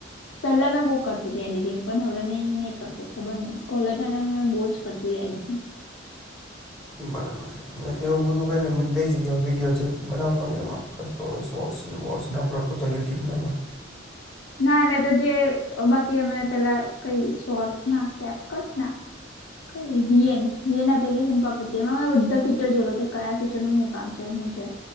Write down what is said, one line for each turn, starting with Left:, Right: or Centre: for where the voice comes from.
Left: પેલા મેં બહ કરતી. એડિટિંગ પણ હવર ન નહી કરતી ખબર ન કોલર બહુ જ કરતી એડિટિંગ.
Centre: બરાબર છે. મે તો એવું બધું ક બે વિડીયો બનાવતોને એમાં કરતોયોર્ને શોર્ટ્સ ને બોટ્સ ને અપલો કરતા યુટ્યુબમાં એમાં.
Left: ના મે તો જે બાકી અમે પેલા કઈ શોટ ના કેપ કટ ના કઇ વીએન એપ્લિકેશન પકડમાં બધા ફીચર જોલો કે કયા ફીચરનું કાલ છે હું છે.